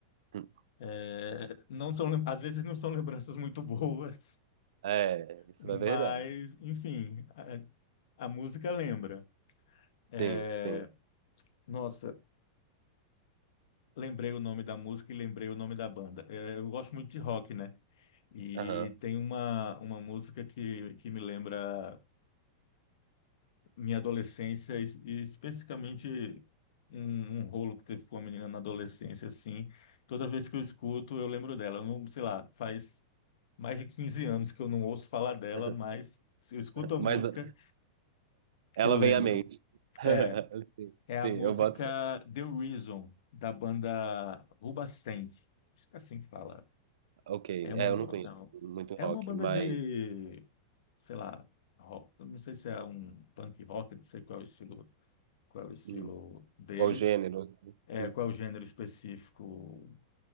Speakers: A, on the right; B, on the left.
A: hum.
B: É, não são, lem- às vezes não são lembranças muito <laughs> boas,
A: É, isso
B: mas,
A: é verdade.
B: enfim, a, a música lembra. É,
A: Sim, sim.
B: nossa. lembrei o nome da música e lembrei o nome da banda. É, eu gosto muito de rock, né? E
A: Aham.
B: tem uma, uma música que, que me lembra minha adolescência, e, e especificamente um, um rolo que teve com uma menina na adolescência, assim. Toda vez que eu escuto, eu lembro dela. Eu não, sei lá, faz mais de 15 anos que eu não ouço falar dela,
A: <laughs>
B: mas se eu escuto a
A: Mas
B: música,
A: uh, ela
B: eu lembro.
A: vem à mente. <laughs>
B: É,
A: Sim,
B: é
A: sim,
B: a música
A: eu boto.
B: The Reason, da banda Rubastank. Acho que é assim que fala.
A: Ok,
B: É uma,
A: é, eu
B: ba-
A: não conheço
B: não,
A: muito
B: é
A: rock,
B: uma banda
A: mas.
B: de, sei lá, rock, eu não sei se é um punk rock, não sei qual é o estilo, qual é o estilo
A: Uhum.
B: deles,
A: Qual gênero? assim?
B: é,
A: Uhum.
B: qual é o gênero específico,